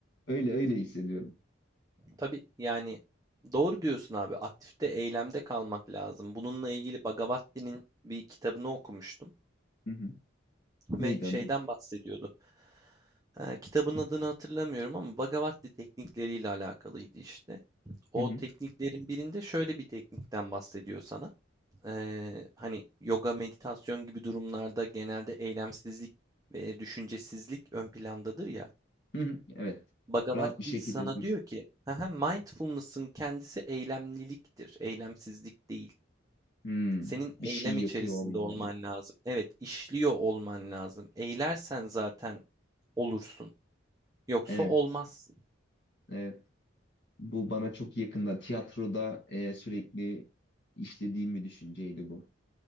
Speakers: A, on the left; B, on the right.
A: Öyle öyle hissediyorum.
B: Tabii yani doğru diyorsun abi. Aktifte, eylemde kalmak lazım. Bununla ilgili Bhagavad bir kitabını okumuştum
A: Hı hı.
B: ve
A: Neydi
B: şeyden
A: adı?
B: bahsediyordu. Ee, kitabın adını hatırlamıyorum ama Bhagavad teknikleriyle alakalıydı işte. O
A: Hı hı.
B: tekniklerin birinde şöyle bir teknikten bahsediyor sana. Ee, hani yoga, meditasyon gibi durumlarda genelde eylemsizlik ve düşüncesizlik ön plandadır ya.
A: Hı hı. Evet.
B: Bhagavad
A: Rahat bir şekilde
B: Gita sana
A: dur.
B: diyor ki, "Haha, mindfulness'ın kendisi eylemliliktir, eylemsizlik değil.
A: Hmm.
B: Senin
A: Bir
B: eylem
A: şey yapıyor
B: içerisinde
A: olma
B: olman
A: hali.
B: lazım. Evet, işliyor olman lazım. Eylersen zaten olursun. Yoksa
A: Evet.
B: olmazsın.
A: Evet. Bu bana çok yakında. Tiyatroda e, sürekli işlediğim bir düşünceydi bu.